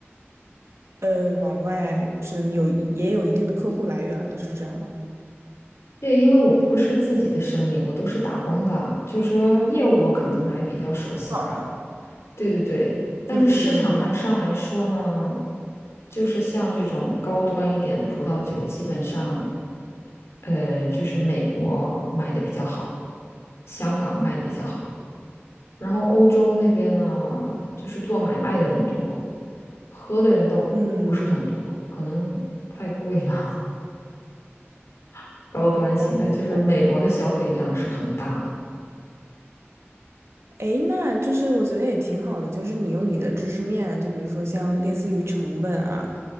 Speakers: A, on the right; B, on the left.
A: 呃往外有也有一定的客户来源了，是这样吗？
B: 对，因为我不是自己的生意，我都是打工的，就是说业务我可能还比较熟悉吧。
A: 哦
B: 对对对，但是市场来上来说呢，
A: 嗯嗯嗯
B: 就是像这种高端一点的葡萄酒，基本上，呃，就是美国卖的比较好，香港卖的比较好。然后欧洲那边呢，就是做买卖的人多，喝的人倒不是很多，
A: 嗯，
B: 可能太贵了，<laughs> 高端型的，
A: 哦哦。
B: 就是美国的消费量是很大的。
A: 诶，那就是我觉得也挺好的，就是你用你的知识面，就比如说像类似于成本啊，